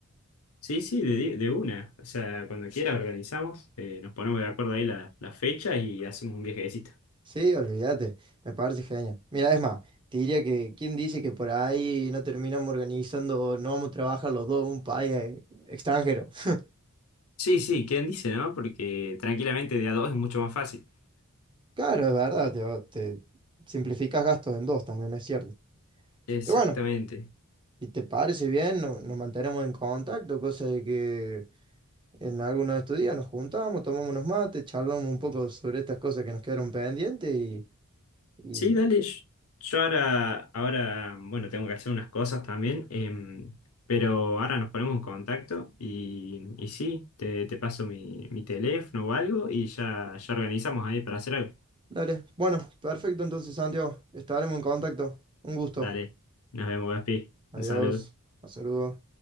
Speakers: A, on the left; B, on the right.
A: Sí, sí, de, di- de una. O sea, cuando quiera organizamos, eh, nos ponemos de acuerdo ahí la, la fecha y hacemos un viajecito.
B: Sí, olvídate, me parece genial. Mira, es más, te diría que ¿quién dice que por ahí no terminamos organizando, no vamos a trabajar los dos en un país eh, extranjero? <laughs>
A: Sí, sí, ¿quién dice, no? Porque tranquilamente de a dos es mucho más fácil.
B: Claro, es verdad, te, va- te simplificas gastos en dos también, es cierto.
A: Exactamente.
B: Pero bueno, ¿Y te parece bien? No- nos mantenemos en contacto, cosa de que en alguno de estos días nos juntamos, tomamos unos mates, charlamos un poco sobre estas cosas que nos quedaron pendientes y, y...
A: Sí, dale. Yo yo ahora, ahora, bueno, tengo que hacer unas cosas también, em, pero ahora nos ponemos en contacto y, y sí, te, te paso mi, mi teléfono o algo y ya, ya organizamos ahí para hacer algo.
B: Dale. Bueno, perfecto entonces, Santiago. Estaremos en contacto. Un gusto.
A: Dale, nos vemos, Gaspi.
B: Adiós.
A: Un saludo.
B: Un saludo.